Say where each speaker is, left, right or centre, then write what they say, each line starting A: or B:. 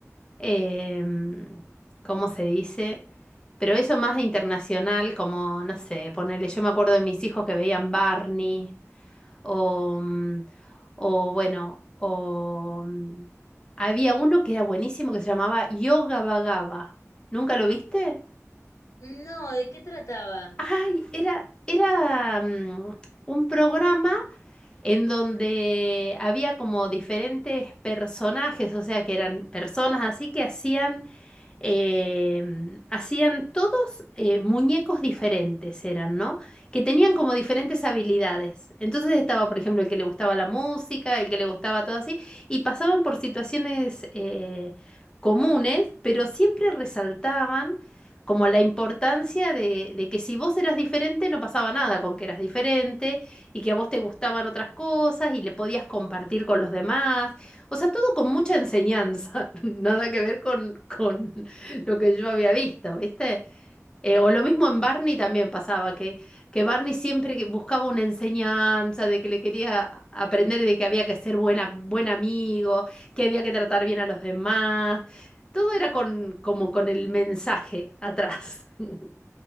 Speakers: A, on the left (about 15°); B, on the left (about 70°).
A: em, ¿cómo se dice? Pero eso más internacional, como, no sé, ponerle, yo me acuerdo de mis hijos que veían Barney, o, mm, o bueno, o mm, había uno que era buenísimo que se llamaba Yoga Vagaba. ¿Nunca lo viste?
B: No, ¿de qué trataba?
A: Ay, era, era mm, un programa. en donde había como diferentes personajes, o sea, que eran personas así que hacían eh, hacían todos eh, muñecos diferentes, eran, ¿no? Que tenían como diferentes habilidades. Entonces estaba, por ejemplo, el que le gustaba la música, el que le gustaba todo así, y pasaban por situaciones eh, comunes, pero siempre resaltaban como la importancia de, de que si vos eras diferente no pasaba nada con que eras diferente y que a vos te gustaban otras cosas y le podías compartir con los demás. O sea, todo con mucha enseñanza, <laughs> nada que ver con, con lo que yo había visto, ¿viste? Eh, o lo mismo en Barney también pasaba, que, que Barney siempre buscaba una enseñanza de que le quería aprender de que había que ser buena, buen amigo, que había que tratar bien a los demás. Todo era con, como con el mensaje atrás. <laughs>